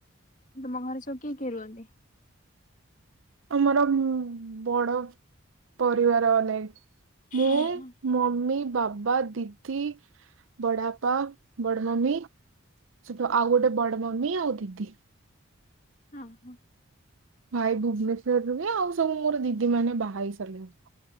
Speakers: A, on the left; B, on the right.
A: ତୁମ ଘରେ ସବୁ କିଏ କିଏ ରୁହନ୍ତି?
B: ଆମର ଉମ ବଡ ପରିବାର ଅନେକ ମୁଁ
A: ଓହୋ
B: ମମି ବାବ ବା, ଦିଦି, ବଡାପା, ବଡ ମମି ସେଟୁ ଆଉ ଗୋଟେ ବଡ ମମି ଆଉ ଦିଦି।
A: ହଁ ହଁ।
B: ଭାଇ ଭୁବନେଶ୍ୱର ରୁହେ ଆଉ ସବୁ ମୋର ଦିଦି ମାନେ ବାହା ହେଇସାରିଲେଣି।